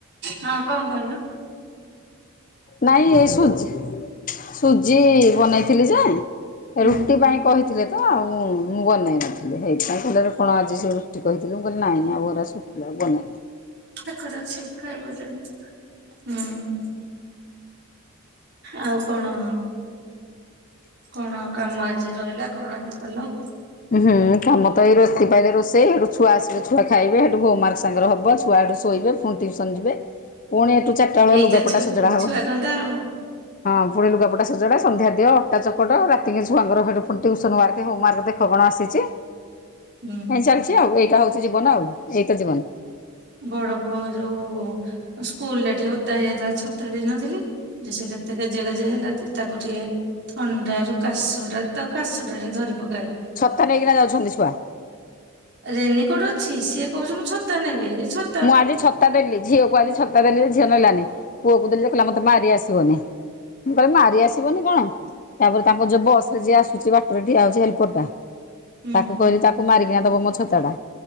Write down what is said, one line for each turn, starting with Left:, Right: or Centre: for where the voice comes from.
Right: ହଁ କଣ କହିଲୁ?
Left: ନାଇଁ ଏ ସୁଜି ସୁଜି ବନେଇଥିଲି ଯେ
Right: ହୁଁ
Left: ରୁଟି ପାଇଁ କହିଥିଲେ ତ ଆଉ ମୁଁ ବନେଇ ନଥିଲି ସେଇଥିପାଇଁ କହିଲେ ଆପଣ ଆଜି ସେ ରୁଟି କହିଥିଲୁ କହିଲେ ନାଇଁ ନାଇଁ ଆଉ ଗରା ଶୁଖିଲା ଆ ବନେଇନାହିଁ।
Right: ପାଖରେ ଅଛି ଖାଇବ ଯେ ଉଁ ହୁଁ। ଆଉ କଣ? କଣ କାମ ଆଜି ରହିଲା କଣ ଆଜି କଲ?
Left: ହୁଁ କାମ ତ ଏଇ ରାତିକା ପାଇଁ ରୋଷେଇ ପାଇଲେ ସେଠୁ ଛୁଆସିବେ ଛୁଆ ଖାଇବେ ସେଠୁ ହୋମୱାର୍କ ସାଙ୍ଗରେ ହବ ଛୁଆ ସେଠୁ ଶୋଇବେ ଫୁଣି ଟିଉସନ୍ ଯିବେ। ପୁଣି ଏଠୁ ଚାରିଟା ବେଳ
Right: ଏଇତ
Left: ଲୁଗାପଟା
Right: ଛୁଆ
Left: ସଜଡା ହବ
Right: ଛୁଆ ଧନ୍ଦା ଆଉ।
Left: ହଁ ପୁଣି ଲୁଗାପଟା ସଜଡା ସନ୍ଧ୍ୟା ଦିଅ ଅଟା ଚକଟ ରାତିକି ଛୁଆଙ୍କର ସେଠୁ ଫୁଣି ଟିଉସନୱାର୍କ ହୋମୱାର୍କ। ଦେଖ କଣ ଆସିଚି ଏ
Right: ହୁଁ
Left: ଚାଲଚି ଆଉ ଏଇଟା ହଉଛି ଜୀବନ ଆଉ ଏଇତ ଜୀବନ।
Right: ବଡପୁଅ ଯୋଉ ସ୍କୁଲରେ ଟିକେ ଓଦା ହେଇ ଯାଇଥିଲା ଛତା ଦେଇନଥିଲି। ଯେ ସେ କେତେ ଗେଜେ ଗେଜେ ହେଲା ତି ତାକୁଟିଏ ଥଣ୍ଡାରୁ କାଶଟା ତାକୁ କାଶଟା ଯେ ଧରି ପକାଏ।
Left: ଛତା ନେଇକିନା ଯାଉଛନ୍ତି ଛୁଆ।
Right: ରେନି କୋଟ ଅଛି ସିଏ କହୁଚି ମୁଁ ଛତା ନେବି ଏ ଛ
Left: ମୁଁ ଆଜି ଛତା ଦେଲି। ଝିଅକୁୁ ଆଜି ଛତା ଦେଲି ଯେ ଝିଅ ନେଲାନି ପୁଅକୁ ଦେଲି ଯେ କଇଲା ମତେ ମାରି ଆସିବନି ମୁଁ କଇଲି ମାରି ଆସି ତିବନି କଣ ତାପରେ ତାଙ୍କ ଯିଏ ବସରେ ଯିଏ ଆସୁଚି ବାଟରେ ଠିଆ ହଉଚି ହେଲପ୍ ପରଟା
Right: ହୁଁ
Left: ତାକୁ କହିଲି ତା ମାରିକିନା ଦବ ମୋ ଛତାଟା